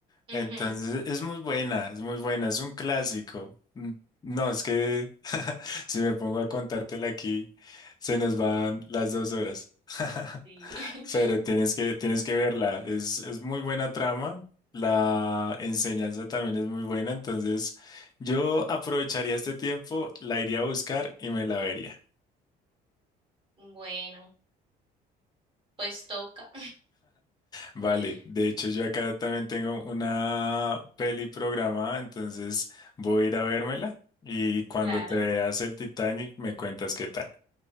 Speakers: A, on the left; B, on the right.
A: Entonces
B: Ujú,
A: es muy buena, es muy buena, es un clásico. N- No, es que <laughs> si me pongo a contártela aquí, se nos van las dos horas. <laughs>
B: Sí. <laughs>
A: Pero tienes que, tienes que verla, es, es muy buena trama, la enseñanza también es muy buena, entonces yo aprovecharía este tiempo, la iría a buscar y me la vería.
B: Bueno, pues toca.
A: Vale,
B: <laughs>
A: de hecho yo acá también tengo una peli programada, entonces voy a ir a vérmela y cuando
B: Claro.
A: te veas el Titanic me cuentas qué tal.